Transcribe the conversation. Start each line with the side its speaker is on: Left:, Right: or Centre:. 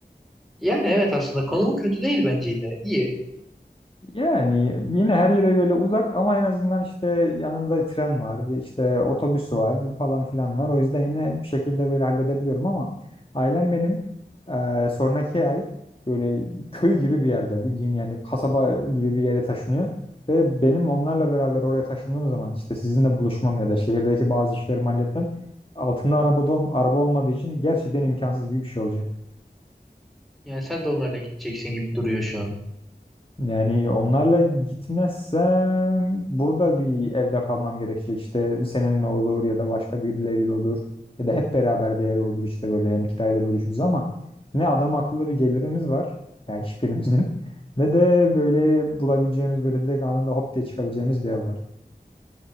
Centre: Yani evet aslında konum kötü değil bence yine. İyi.
Left: Yani yine her yere böyle uzak ama en azından işte yanında tren var, işte otobüsü var falan filan var. O yüzden yine bir şekilde böyle halledebiliyorum ama ailem benim e, sonraki ay böyle köy gibi bir yerde bildiğin yani kasaba gibi bir yere taşınıyor. Ve benim onlarla beraber oraya taşındığım zaman işte sizinle buluşmam ya da şehirdeki bazı işlerimi halletmem altında arabada, araba olmadığı için gerçekten imkansız gibi bir şey olacak.
Centre: Yani sen de onlarla gideceksin gibi duruyor şu an.
Left: Yani onlarla gitmezsem burada bir evde kalmam gerekecek. İşte seninle olur ya da başka birileriyle olur. Ya da hep beraber bir ev olur işte böyle hem kirayla bölüşürüz ama ne adam akıllı bir gelirimiz var. Yani hiçbirimizin. <laughs> Ne de böyle bulabileceğimiz böyle direkt anında hop diye çıkabileceğimiz bir ev var.